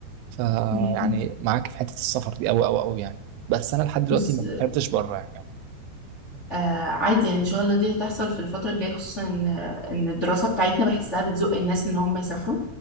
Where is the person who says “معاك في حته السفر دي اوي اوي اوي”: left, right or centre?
Right